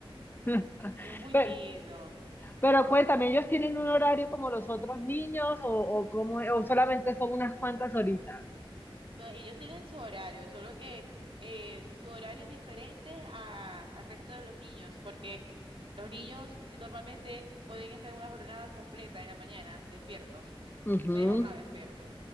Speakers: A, on the left; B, on the right.
A: <laughs>
B: Es muy
A: Pero,
B: lindo.
A: Pero cuéntame, ¿ellos tienen un horario como los otros niños o, o, cómo es? o solamente son unas cuantas horitas?
B: No, ellos tienen su horario, solo que eh, su horario es diferente a- al resto de los niños, porque los niños eh, normalmente pueden estar en una jornada completa en la mañana, despiertos,
A: Ujú.
B: media jornada despiertos,